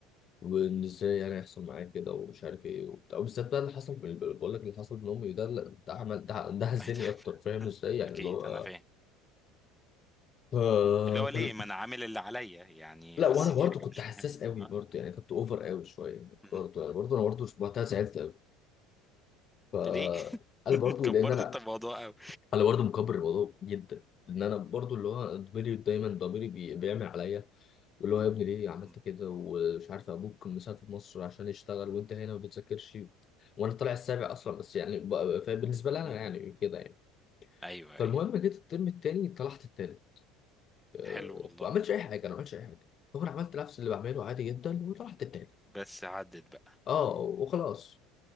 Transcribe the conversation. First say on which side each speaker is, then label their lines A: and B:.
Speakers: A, on the left; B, in the centre.
A: وان ازاي يعني هيحصل معايا كده ومش عارف ايه وبتاع وبالذات بقى اللي حصل من بقول لك اللي حصل من امي ده لا، ده عمل ده ده هزني
B: أكيد <laughs>
A: اكتر فاهم ازاي يعني
B: اكيد
A: اللي هو
B: انا فاهم
A: آه،
B: اللي هو
A: فال...
B: ليه ما انا عامل اللي عليا يعني
A: لا
B: بس
A: وانا برضو
B: دي حاجه
A: كنت
B: مش
A: حساس
B: مهمه
A: قوي برضو
B: ها
A: يعني كنت اوفر قوي شويه
B: مم.
A: برضو يعني برضو انا برضو وقتها زعلت قوي ف
B: ليه <laughs>
A: انا برضو
B: كبرت
A: لان انا
B: انت الموضوع قوي
A: انا برضو مكبر الموضوع جدا ان انا برضو اللي هو ضميري دايما ضميري بي... بيعمل عليا واللي هو يا ابني ليه عملت
B: مم.
A: كده ومش عارف ابوك مسافر مصر عشان يشتغل وانت هنا ما بتذاكرش وانا طالع السابع اصلا بس يعني ب- فبالنسبه لي
B: مم.
A: انا يعني كده يعني
B: ايوه
A: فالمهم
B: ايوه
A: جيت الترم التاني طلعت التاني أه،
B: حلو والله
A: ما عملتش اي حاجه انا ما عملتش اي حاجه هو انا عملت نفس اللي بعمله عادي جدا وطلعت التاني
B: بس عدت بقى
A: اه وخلاص